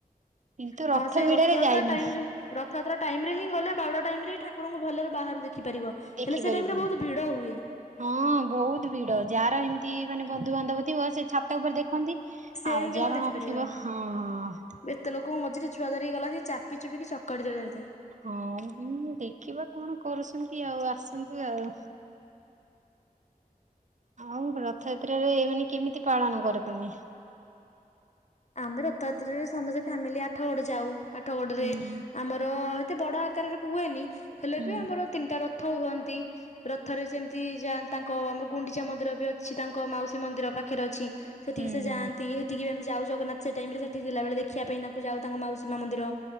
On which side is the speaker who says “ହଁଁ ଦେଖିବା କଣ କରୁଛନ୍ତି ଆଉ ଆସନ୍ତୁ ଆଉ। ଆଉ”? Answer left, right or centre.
Right